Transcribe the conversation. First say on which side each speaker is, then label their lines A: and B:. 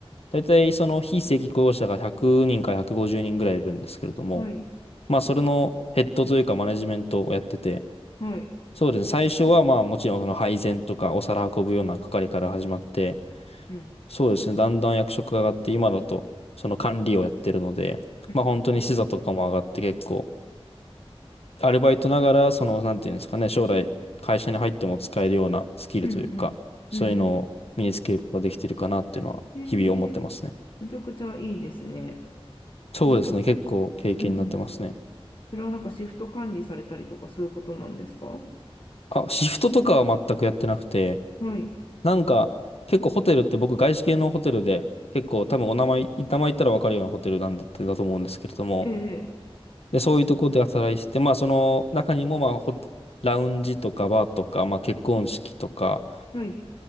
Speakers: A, on the left; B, on the left.
A: 大体その非正規雇用者が100人から150人ぐらいいるんですけれども、
B: はい、
A: まあそれのヘッドというかマネジメントをやってて、
B: はい。
A: そうですね。最初はまあもちろんその配膳とかお皿運ぶような係から始まって、
B: うん、
A: そうですね。だんだん役職が上がって今だとその管理をやってるので、
B: うん、
A: まあ本当に視座とかも上がって結構アルバイトながら、その、なんていうんですかね、将来会社に入っても使えるようなスキルというか、
B: うん、
A: そういうのを身につけることができてるかなっていうのは、
B: うん、うん。へえ、
A: 日々思ってますね。
B: めちゃくちゃいいですね。
A: そうですね、
B: なんか、う
A: 結構経験になってますね。
B: ん、うん。それはなんかシフト管理されたりとかそういうことなんですか
A: あ、シフトとかは全くやってなくて、
B: はい、
A: なんか、結構ホテルって僕、外資系のホテルで、結構多分お名前、名前言ったらわかるようなホテルなんで、だと思うんですけれども、
B: ええ、
A: で、そういうところで働いてて、まあ、その中にも、まあ、ホラウンジとかバーとか、まあ、結婚式とか、
B: はい、